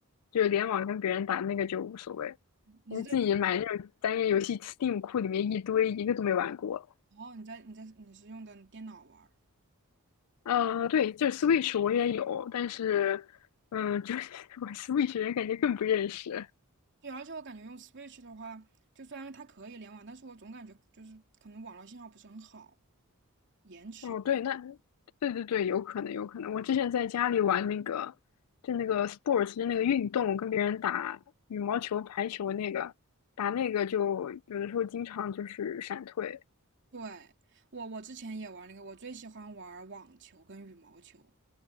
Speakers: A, on the left; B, on the right.
A: 就是联网跟别人打那个就无所谓。
B: 你是在
A: 你自己买那种单人游戏，Steam 库里面一堆，一个都没玩过。
B: 哦，你在你在你是用的电脑玩儿
A: 嗯，对，就是 Switch 我也有，但是嗯，就是 <laughs> 我 Switch 人感觉更不认识。
B: 对，而且我感觉用 Switch 的话，就虽然它可以联网，但是我总感觉就是可能网络信号不是很好，延迟。
A: 哦，对，那对对对，有可能，有可能。我之前在家里玩那个，就那个 sports，就那个运动，跟别人打羽毛球、排球那个，打那个就有的时候经常就是闪退
B: 对，我我之前也玩那个，我最喜欢玩网球跟羽毛球。